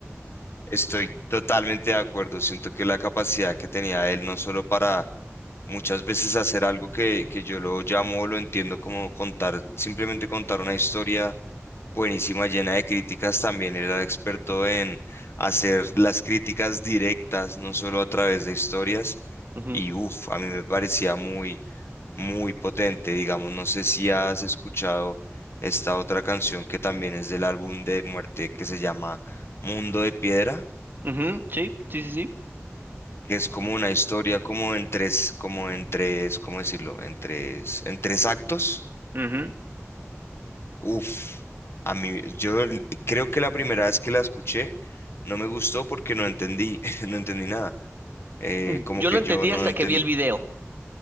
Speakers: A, on the left; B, on the right.
A: Estoy totalmente de acuerdo. Siento que la capacidad que tenía él, no solo para muchas veces hacer algo que, que yo lo llamo o lo entiendo como contar, simplemente contar una historia buenísima, llena de críticas también. Era experto en hacer las críticas directas, no solo a través de historias.
B: Ujú,
A: Y uff, a mí me parecía muy, muy potente. Digamos, no sé si has escuchado esta otra canción que también es del álbum de Muerte que se llama Mundo de Piedra,
B: ujú, sí, sí, sí, sí.
A: que es como una historia como en tres, como en tres, ¿cómo decirlo? En tres, en tres actos.
B: ujú.
A: Uf, a mí, yo l- creo que la primera vez que la escuché no me gustó porque no entendí, <laughs> no entendí nada. Eh,
B: Mm,
A: como
B: Yo
A: que
B: lo entendí
A: yo no
B: hasta
A: entendí.
B: que vi el video.